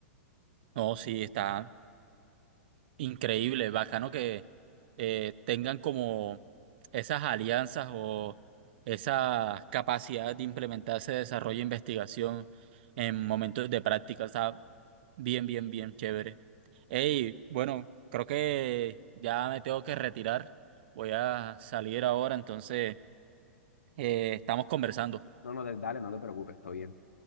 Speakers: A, on the right; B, on the left.
A: No, sí, está. Increíble, bacano que eh, tengan como esas alianzas o esa capacidad de implementarse desarrollo e investigación en momentos de práctica. O sea, bien, bien, bien chévere. Hey, bueno, creo que ya me tengo que retirar. Voy a salir ahora, entonces eh, estamos conversando.
B: No, no, dale, no te preocupes, estoy bien.